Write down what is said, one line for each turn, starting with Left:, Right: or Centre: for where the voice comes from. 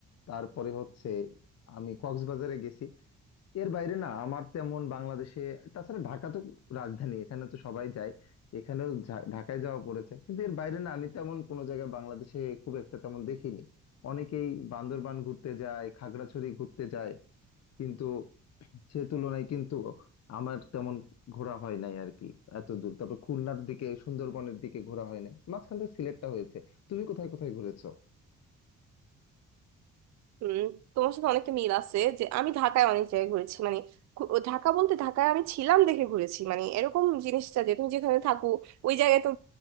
Left: তারপরে হচ্ছে আমি কক্সবাজারে গেছি এর বাইরে না আমার তেমন বাংলাদেশে তাছাড়া ঢাকা তো রাজধানী এখানে তো সবাই যায় এখানেও ঢা- ঢাকায় যাওয়া পড়েছে কিন্তু এর বাইরে না আমি তেমন কোনো জায়গায় বাংলাদেশে খুব একটা তেমন দেখিনি অনেকেই বান্দরবান ঘুরতে যায় খাগড়াছড়ি ঘুরতে যায় কিন্তু সে তুলনায় কিন্তু আমার তেমন ঘোরা হয় নাই আর কি এত দূর তারপর খুলনার দিকে সুন্দরবনের দিকে ঘোরা হয় নাই মাঝখান থেকে সিলেটটা হয়েছে তুমি কোথায় কোথায় ঘুরেছো
Right: হুম তোমার সাথে অনেকটা মিল আছে যে আমি ঢাকায় অনেক জায়গায় ঘুরেছি মানে ঘু- ও ঢাকা বলতে ঢাকায় আমি ছিলাম দেখে ঘুরেছি মানে এরকম জিনিসটা যে তুমি যেখানে থাকো ওই জায়গায় তো